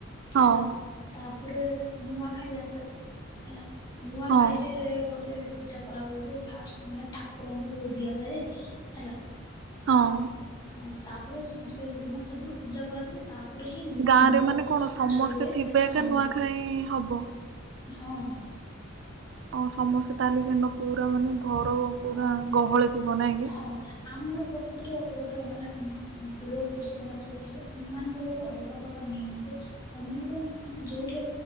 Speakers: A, on the right; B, on the left.
A: ହଁ
B: ହେଲା ତାପରେ ନୂଆ ଖାଇ ଆସେ। ହେଲା ନୂଆ
A: ହଁ
B: ଖାଇରେ ଗୋଟେ ପୂଜା କରା ହୁଏ ଯେ ଫାଷ୍ଟ ମାନେ ଠାକୁରଙ୍କୁ ଦିଆଯାଏ ହେଲା।
A: ହଁ
B: ହଁ, ତାପରେ ସମସ୍ତେ ସେଦିନ ସେଦିନ ପୂଜା କରାଯାଏ ତା ପରେ ହିଁ। ନୂଆ
A: ଗାଁ
B: ଅମ୍ଳ
A: ରେ ମାନେ କଣ ସମସ୍ତେ
B: ଯୋଉ ହୁଏ
A: ଥିବେ
B: ସେଟା
A: ଏକା
B: ଖାଆନ୍ତି,
A: ନୂଆଖାଇ ହବ।
B: ହଁ।
A: ଅ ସମସ୍ତେ ତା ହେଲେ ସେଦିନ ପୁରା ମାନେ ଘର ପୁରା
B: ହଁ
A: ଗହଳି ଥିବ ନାଇଁ କିି।
B: ହଁ ଆମର ପ୍ରକୃତରେ ଗୋଟେ ମାନେ ଆମ ପୂର୍ବ ପୁରୁଷ ଜଉମନେ ସବୁ ଥିଲେ ଆମ ମାନଙ୍କର ଗୋଟେ ଅଲଗା ପ୍ରକା। ତ ନିୟମ ଯେ ଅନ୍ୟର ମାନେ ଯୋଉଠି